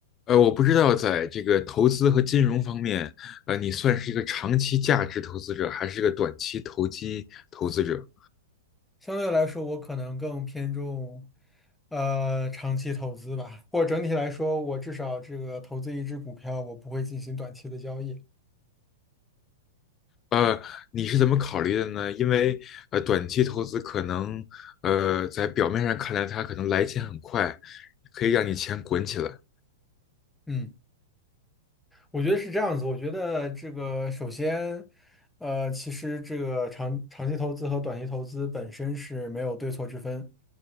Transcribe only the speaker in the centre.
相对来说，我可能更偏重，呃，长期投资吧，或者整体来说，我至少这个投资一只股票，我不会进行短期的交易。
嗯。我觉得是这样子。我觉得这个首先，呃，其实这个长长期投资和短期投资本身是没有对错之分